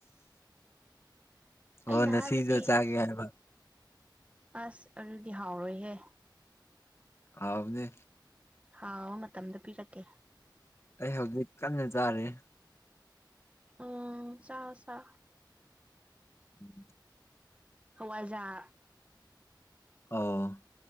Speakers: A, on the right; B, on the left.
A: ꯑꯩꯅ
B: ꯑꯣ ꯅꯁꯤꯒ
A: ꯍꯥꯏꯕꯗꯤ
B: ꯆꯥꯒꯦ ꯍꯥꯏꯕ
A: ꯑꯁ ꯑꯗꯨꯗꯤ ꯍꯥꯎꯔꯣꯏꯍꯦ
B: ꯍꯥꯎꯕꯅꯦ
A: ꯍꯥꯎꯕ ꯃꯇꯝꯗ ꯄꯤꯔꯛꯀꯦ
B: ꯑꯩ ꯍꯧꯖꯤꯛ ꯀꯟꯅ ꯆꯥꯔꯤ
A: ꯎꯝ ꯆꯥꯔꯣ ꯆꯥꯔꯣ
B: ꯎꯝ
A: ꯍꯋꯥꯏꯖꯥꯔ
B: ꯑꯣ